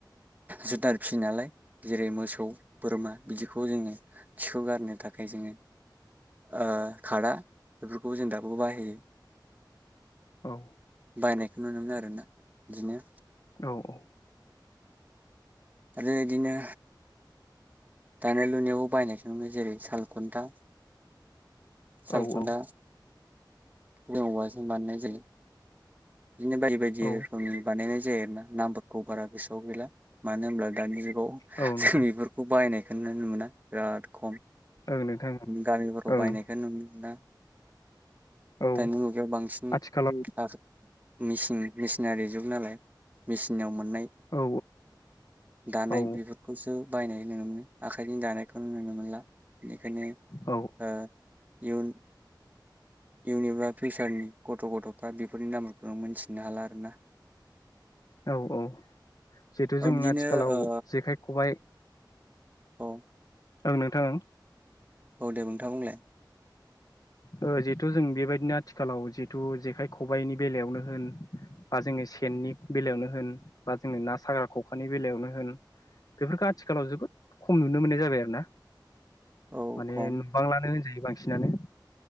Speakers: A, on the right; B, on the left.
A: जुनार फिसियो नालाय जेरै मोसौ बोरमा बिदिखौ जोङो खिखौ गारनो थाखाय जोङो ओ खादा बेफोरखौबो जों दाबबो बाहायो।
B: औ।
A: बायनायखौ नुनो मोनो आरोना बिदनो।
B: औ औ।
A: आरो इदिनो दानाय लुनायावबो बायनायखौ नुनो मोनो जेरै सालखुन्था, सालखुनथा
B: औ औ
A: <unintelligible> औवा जों बानायनाय जायो। बिदिनो बायदि बायदि
B: औ
A: रोखोमनि बानायनाय ज जायोआरोना नामबारखौ बारा गोसोआव गैला मानो होनब्ला दानि जुगाव
B: औ
A: जों
B: नोंथां
A: बेफोरखौ बायनाय खौनो मोना बिराद खम।
B: ओं नोंथां
A: गामिफोराव
B: ओं
A: बायनायखौ नुनो मोना।
B: औ
A: दानि मुगायाव बांसिनै
B: आथिखालाव
A: आ मिसिन मिसिनारि जुग नालाय मेसिनाव मोननाय
B: औ
A: दानाय
B: औ
A: बेफोरखौसो बायनाय नुनो मोनो। आखाइजों दानायखौ नुनो नो मोला बेनिखायनो
B: औ
A: ओ इयुन इउन एबा फिउसारनि गथ' गथफ्रा बेफोरनि नामफोरखौ मोनथिनो हाला आर ना।
B: औ औ जिहेथु
A: ओ
B: जों
A: बिदिनो
B: आथिखालाव
A: ओ
B: जेखाइ खबाइ
A: औ
B: ओं नोंथां
A: औ दे नोंथाङा बुंलाय।
B: ओ जिहेथु जों बेबायदिनो आथिखालाव जिथु जेखाइ खबाइनि बेलायावनो होन बा जोङो सेननि बेलायावनो होन बा जोङो ना साग्रा खखानि बेलायावनो होन बेफोरखो आथिखालाव जोबोद खम नुनो मोननाय जाबाय आरो ना।
A: औ
B: माने
A: खम
B: नुबबांलानो होनजायो बांसिनानो।